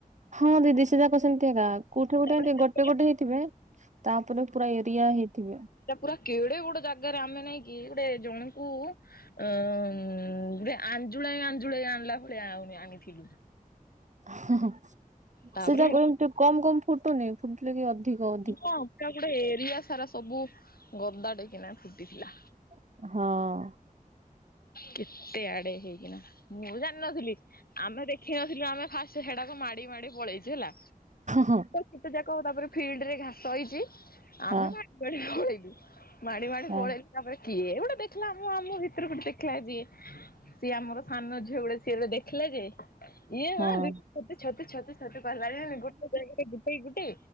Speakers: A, on the right; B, on the left.
A: ହଁ ଦିଦି ସେ ଯାକ ସେମିତି ଗା କୋଉଠି ଗୋଟେ
B: ତାପରେ
A: ଏମତି
B: ସେପଟେ
A: ଗୋଟ ଟେ ଗୋଟେ ହେଇଥିବେ ତାପରେ ପୁରା ଏରିଆ ହେଇଥିବେ।
B: ତା ପୁରା କେଡେ ବଡେ ଜାଗାରେ ଆମେ ନାଇଁକି ଗୋଟେ ଜଣଙ୍କୁ ଅଁ ଗୋଟେ ଆଞ୍ଜୁଳାଇ ଆଞ୍ଜୁଳାଇ ଆଣିଲା ଭଳିଆ ଆଉନି ଆଣିଥିଲୁ।
A: ହୁଁ ହୁଁ
B: ତାପରେ
A: ସେ ଯାକ
B: ହେଟା
A: ଇମିତି କମ କମ ଫୁଟୁନି ଫୁଟିଲେ କି ଅଧିକ ହ
B: ହଁ ପରା ଗୋଟେ ଏରିଆ ସାରା ସବୁ ଗଦା ଟେ କିନା ଫୁଟିଥିଲା।
A: ହଁ
B: କେତେ ଆଡେ ହେଇକିନା ମୁଁ ଜାଣିନଥିଲି ଆମେ ଦେଖ ଖି ନ ଥିଲୁ ଆମେ ଫାଷ୍ଟ ହେଡାକୁ ମାଡି ମାଡି ପଳେଇଚୁ ହେଲା।
A: ହଁ ହଁ
B: କୀଟ ଯାକ ତାପରେ ଫିଲ୍ଡ ରେ ଘାସ ହେଇଚି। ଆମେ
A: ହଁ
B: ମା ମାଡି ଖଳେଇଲୁ ମାଡି ମାଡି
A: ହଁ
B: ପଳେଇଲା ତାପରେ କିଏ ଗୋଟେ ଦେଖଲା ମୁଁ ଆମ ଭିତ <unintelligible> ଦେଖିଲା ଯିଏ ସିଏ ଆମର ସାନ ଝିଅ ଗୋଡେ ସିଏ ଗୋଟେ ଦେଖିଲା ଯେ। <unintelligible>
A: ହଁ
B: ସେଇ ଗୋଟେ